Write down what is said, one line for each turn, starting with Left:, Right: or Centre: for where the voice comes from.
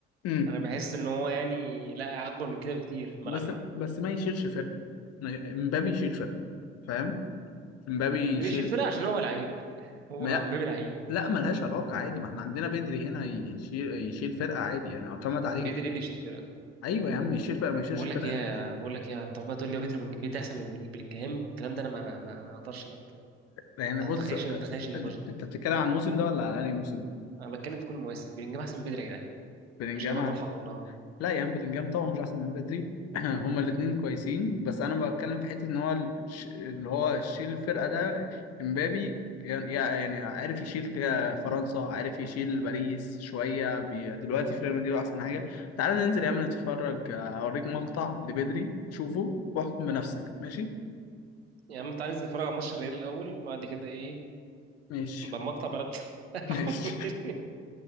Left: مم.
Right: انا بحس ان هو يعني لا اكبر من كده بكتير في الملعب
Left: بس
Right: يعني
Left: بس ما يشيلش فرقه امبابي يشيل فرقه فاهم امبابي
Right: مبيبقاش
Left: يشيل
Right: يشيل فرقه عشان هو لعيب هو
Left: ما
Right: مبابي لعيب
Left: لا ملهاش علاقة عادي ما احنا عندنا بدري هنا يشيل يشيل فرقة عادي يعني اعتمد عليك
Right: بيدري ايه اللي يشيل فرقه
Left: ايوه يا عم يشيل فرقة ما يشيلش
Right: بقول
Left: فرقة
Right: لك ايه
Left: ليه
Right: يا- بقول لك ايه طب تقول لي هو بيدري بيدري احسن من بلينجهام والكلام ده انا ما انا ما ما اقدرش انا أت-
Left: يعني
Right: ما
Left: بص
Right: اتخيلش ما اتخيلش النقاش ده
Left: انت بتتكلم عن الموسم ده ولا على انهي موسم
Right: انا بتكلم في كل المواسم بلينجهام احسن من بدري يا جدعان
Left: بلينجهام
Right: مش هنبقى بنحور لها
Left: لا يا عم بلينجهام طبعا مش احسن من بدري <clears throat> هما الاثنين كويسين بس انا بتكلم في حته ان هو الش- اللي هو شيل الفرقه ده امبابي كان يع- يعني عارف يشيل ك- فرنسا عارف يشيل باريس شويه بي... دلوقتي في ريال مدريد هو احسن حاجه تعالى ننزل يا عم نتفرج هوريك مقطع لبدري شوفه واحكم بنفسك ماشي
Right: يا عم تعالى ننزل نتفرج على ماتش الريال الاول وبعد كده ايه
Left: ماشي
Right: بالمقطع بلد <laughs>
Left: <laughs> ماشي